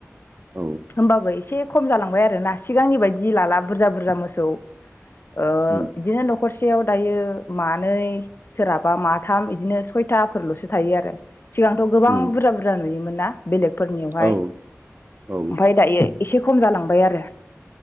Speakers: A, on the right; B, on the left.
A: औ
B: होमबाबो एसे खम जालांबाय आरोना सिगांनि बाइदि <unintelligible> लाला बुरजा -बुरजा मोसौ ओ
A: उम
B: बिदिनो न'खरसेयाव दायो मानै सोरहाबा माथाम इदिनो सयथाफोरल'सो थायो आरो सिगांथ' गोबां
A: उम
B: बुरजा -बुरजा नुयोमो <unintelligible> बेलेग फोरनियावहाय
A: औ औ
B: ओमफ्राय दायो एसे खम जालांबाय आरो।